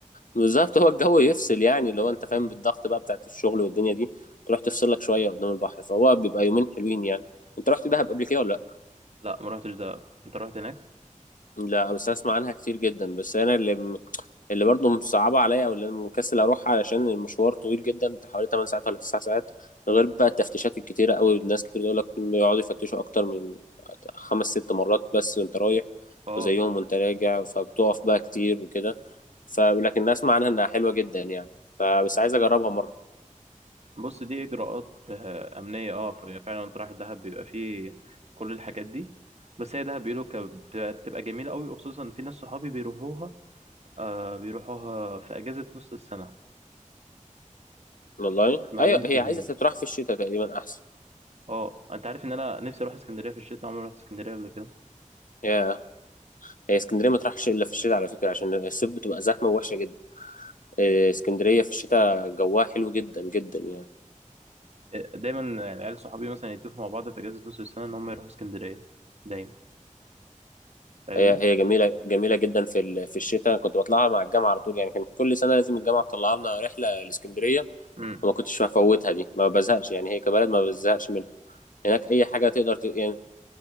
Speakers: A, on the left; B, on the right.
A: بالظبط هو الجو يفصل يعني لو انت فاهم
B: مم.
A: بالضغط بقى بتاعت الشغل والدنيا دي تروح تفصل لك شويه قدام البحر فهو بيبقى يومين حلوين يعني انت رحت دهب قبل كده ولا لا
B: لا ما رحتش دهب انت رحت هناك
A: لا بس اسمع عنها كتير جدا بس انا اللي م... اللي برضه مصعبه عليا او اللي انا مكسل اروح علشان المشوار طويل جدا بتاع حوالي 8 ساعات ولا 9 ساعات غير بقى التفتيشات الكتيره قوي الناس كتير بيقول لك بيقعدوا يفتشوا اكتر من خمس ست مرات بس وانت رايح
B: اه
A: وزيهم وانت راجع فبتقف بقى كتير وكده ف لكن الناس اسمع عنها انها حلوه جدا يعني فبس عايز اجربها مره
B: بص دي اجراءات آه، امنيه اه ف- فعلا انت رايح دهب بيبقى فيه كل الحاجات دي بس هي دهب بيقولوا ك- بت- بتبقى جميله قوي وخصوصا في ناس صحابي بيروحوها آه بيروحوها في اجازه نص السنه
A: والله
B: ما
A: ايوه
B: بين الترمين
A: هي عايزه تتراح في الشتاء تقريبا احسن
B: اه انت عارف ان انا نفسي اروح اسكندريه في الشتاء عمري ما رحت اسكندريه قبل كده
A: هي هي اسكندريه ما تروحش الا في الشتاء على فكره عشان الصيف بتبقى زحمه ووحشه جدا. إيه، اسكندرية في الشتاء جواها حلو جدا جدا يعني
B: إيه، دايما العيال صحابي مثلا يتفقوا مع بعض في اجازه نص السنه ان هم يروحوا اسكندريه دايما فاهمني
A: هي هي جميلة جميلة جدا في ال- في الشتاء كنت بطلعها مع الجامعة على طول يعني كان كل سنة لازم الجامعة تطلع لنا رحلة لاسكندرية
B: امم
A: وما كنتش هفوتها دي ما بزهقش يعني هي كبلد ما بزهقش منها هناك أي حاجة تقدر ت... يعني